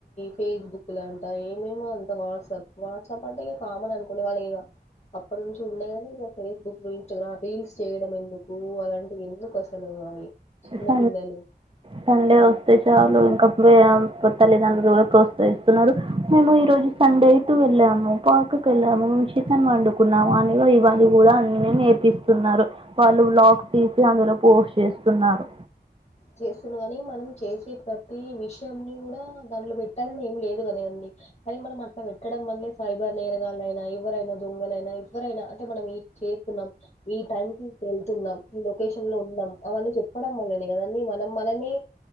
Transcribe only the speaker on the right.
స
సండే వ చలు ఇంకా తల్లిదండ్రులు కూడా ప్రోత్సహిస్తున్నారు మేము ఈ రోజు సండే వెళ్ళాము పార్క్కి వెళ్ళాము మేము చికెన్ వండుకున్నాము అని ఇవళ కూడా అన్ని నేర్పిస్తున్నారు వాళ్ళు లాక్ తీ అందులో పోషష్ చేస్తూన్నారు